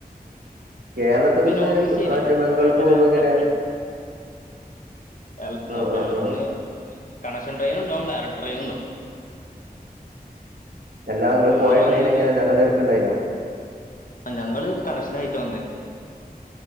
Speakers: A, on the right; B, on the left.
A: കേരളത്തിൽ
B: ഇത്
A: നിന്ന്
B: നോർത്ത് ഈസ്റ്റ്
A: ബ-
B: ഏരിയ
A: മറ്റേ
B: ഇവിടെ
A: ബംഗാൾക്ക്
B: ഭയങ്കര
A: പോകുമ്പോ എങ്ങനെ
B: തിരക്ക് കേരളത്തിന്നോ
A: ആ
B: കേരളത്തിന്ന്
A: ആ ആ
B: കണക്ഷൻ ട്രെയിന് ഉണ്ടാവും ഡയറക്ട് ട്രെയിനും ഉണ്ടാവും
A: എല്ലാ നിങ്ങള്
B: ഞാൻ
A: പോയ
B: വന്നത്
A: ട്രെയിൻ എങ്ങനെ നല്ല തിരക്കുണ്ടായിനോ
B: ആഹ് ഞങ്ങള് കണക്ഷനായിട്ട് വന്നേ